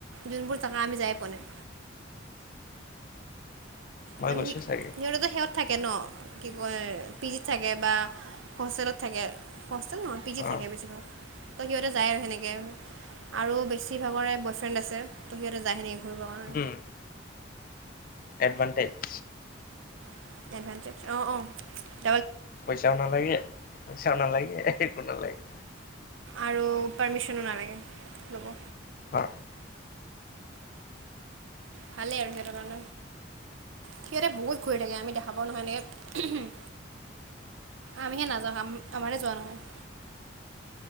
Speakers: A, on the right; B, on the left.
A: যোনবোৰ জাগা আমি যাই প নাই।
B: মই
A: মানে
B: গৈছো চাগে
A: সিহঁতো সিহঁত থাকে ন কি কয় পিজিত থাকে বা হোষ্টেলত থাকে হোল ন পিজিত
B: অ
A: থাকে বেছিভাগ ত সিহঁতে যায় আৰু সেনেকে আৰু বেছিভাগৰে বয় ফ্ৰেণ্ড আছে ত সিহঁতে যায়হে নেকি ঘুৰিব কাৰণে
B: উম এডভানটেজ
A: এডভেঞ্চাৰ অঁ অ
B: পইচাও নালাগে পইচাও নালাগে একো নালাগে
A: আৰু পাৰ্মিশনো নালাগে ল'ব
B: অ
A: ভাল এৰিজিৰ নান সিহঁতে বহুত ঘূৰি থাকে আমি দেখাব নহয় ন আমিহে নাযাওঁ আমাৰে যোৱা নহয়